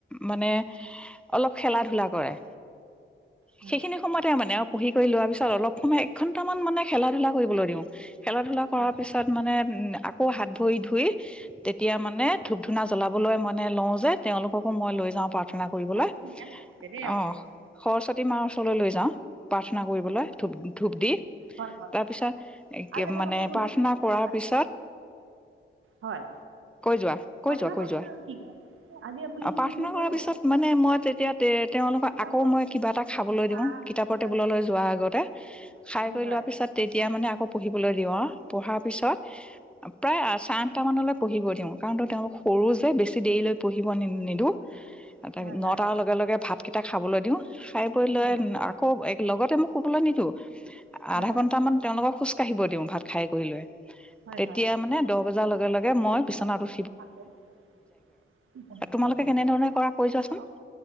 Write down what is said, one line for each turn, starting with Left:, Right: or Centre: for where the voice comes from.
Centre: মানে অলপ খেলা ধূলা কৰে
Right: উম,
Centre: সেইখিনি সময়তে মানে পঢ়ি কৰি লোৱাৰ পিছত অলপ সময় এক ঘন্টামান মানে খেলা ধূলা কৰিবলৈ দিওঁ খেলা ধূলা কৰাৰ
Right: হয় হয়
Centre: পিছত মানে আকৌ হাত ভৰি ধুই তেত তেতিয়া মানে ধু-ধু ধূনা জ্বলাবলৈ মানে লওঁ যে, তেওঁলোককো মই লৈ যাওঁ প্ৰাৰ্থনা কৰিবলৈ।
Right: কথাটো ধুনীয়া কথা কৈছে দেই আপুনি
Centre: অ', সৰস্বতী মাৰ ওচৰলৈ লৈ যাওঁ। প্ৰাৰ্থনা কৰিবলৈ ধূপ-ধূপ দি
Right: হয় হয়
Centre: তাৰ
Right: হয়
Centre: পিছত
Right: আৰু এটা
Centre: মানে
Right: কথা সোধো
Centre: প্ৰাৰ্থনা কৰাৰ
Right: আজি
Centre: পিছত
Right: হয়
Centre: কৈ যোৱা, কৈ
Right: প্ৰাৰ্থনা
Centre: যোৱা, কৈ
Right: কৰাৰ পিছত
Centre: যোৱা
Right: আৰু কি কৰে আজি আপুনি
Centre: অ', প্ৰাৰ্থনা
Right: সেইখিনি
Centre: কৰাৰ
Right: কৰালে
Centre: পিছত মানে মই তেতিয়া তে-তেওঁলোকক
Right: কিতাপত
Centre: আকৌ মই কিবা এটা খাবলৈ
Right: চাহ
Centre: দিওঁ, কিতাপৰ
Right: কিবা
Centre: টেবুললৈ যো যোৱাৰ আগতে খাই
Right: হেৰি
Centre: কৰি
Right: হয়
Centre: লোৱা পিছত তেতিয়া মানে আকৌ পঢ়িবলৈ দিওঁ আউ পঢ়াৰ পিছত প্ৰায় আচান কেইটা মানলৈ পঢ়িবই দিওঁ কাৰণ তেওঁ সৰু যে বেছি দেৰিলৈ পঢ়িব নি-নিদিওঁ।
Right: হয়
Centre: এটাক
Right: হয় হয়
Centre: নটাৰ লগে লগে ভাত কেইটা খাবলৈ দিওঁ। খাই বৈ লৈ
Right: হয় হয়
Centre: আকৌ লগতে মই শুবলৈ নিদিওঁ।
Right: হয়
Centre: আধা
Right: হয়
Centre: ঘন্টা মান তেওঁলোকক খোজ কাঢ়িব দিওঁ ভাত খাই কৰি লৈ।
Right: হয়
Centre: তেতিয়া
Right: হয় হয়
Centre: মানে দহ বজাৰ লগে লগে <unintelligible> মই বিছনাত ওঠ
Right: আকৌ <inaudible>
Centre: তোমালোকে
Right: যাইগৈ,
Centre: কেনেধৰণে কৰা কৈ যোৱাচোন
Right: অ',